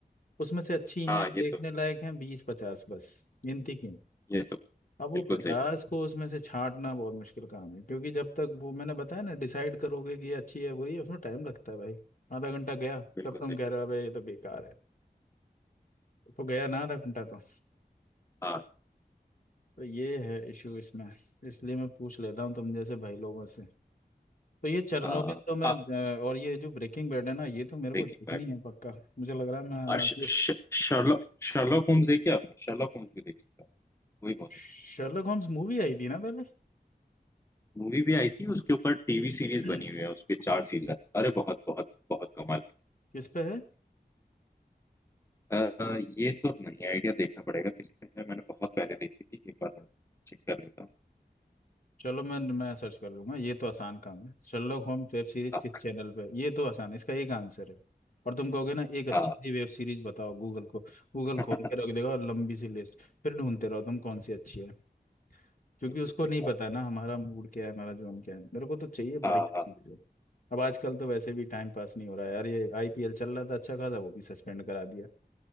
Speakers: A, on the left; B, on the left.
A: उसमें से अच्छी हैं
B: हाँ, ये
A: देखने
B: तो है,
A: लायक हैं बीस पचास बस गिनती की
B: ये तो
A: अब वो
B: बिल्कुल
A: पचास
B: सही बात
A: को उसमें से छांटना बहुत मुश्किल काम है क्योंकि जब तक वो मैंने बताया ना डिसाइड करोगे कि ये अच्छी है बुरी है उसमें टाइम लगता है भाई आधा घंटा गया
B: बिल्कुल
A: तब तुम
B: सही
A: कह रहे हो भाई ये तो बेकार है तो गया ना आधा घंटा तो
B: हाँ
A: तो ये है इशू इसमें इसलिए मैं पूछ लेता हूँ तुम जैसे भाई लोगों से तो ये चेरनोबिल
B: आ,
A: तो मैं
B: आ,
A: अ, और ये जो ब्रेकिंग बैड है ना ये तो मेरे
B: ब्रेकिंग
A: को देखनी
B: बैड
A: है पक्का मुझे लग रहा है मैं
B: और
A: आज
B: श-
A: ही-
B: श- शर्लॉक शर्लॉक होम्स देखिए आपने शर्लॉक होम्स भी देखी था वही बहुत
A: शर्लक
B: अच्छी
A: होम्स मूवी आई थी ना पहले
B: मूवी भी आई थी उसके ऊपर टीवी
A: <clears throat>
B: सीरीज
A: अच्छा।
B: बनी हुई है उसके चार सीजन अरे बहुत बहुत बहुत कमाल की
A: किस पे है
B: आ, ये तो नहीं आइडिया देखना पड़ेगा किस पे है मैंने बहुत पहले देखी थी एक बार मैं चेक कर लेता हूँ
A: चलो मैं मैं सर्च कर लूंगा ये तो आसान काम है शर्लक होम्स वेब सीरीज
B: हाँ
A: किस चैनल पे है? ये तो आसान है इसका एक आंसर है और तुम कहोगे ना एक अच्छी
B: हाँ
A: सी वेब सीरीज बताओ गूगल को गूगल
B: <laughs>
A: खोल के रख देगा और लंबी सी लिस्ट फिर ढूंढते रहो तुम कौन सी अच्छी है क्योंकि
B: बिल्कुल
A: उसको
B: सही
A: नहीं
B: बात
A: पता ना हमारा मूड क्या है हमारा जोन क्या है मेरे को तो चाहिए
B: हाँ
A: बढ़िया
B: हाँ
A: चीज अब आजकल तो वैसे भी टाइम पास नहीं हो रहा है यार ये आईपीएल चल रहा था अच्छा खासा वो भी सस्पेंड करा दिया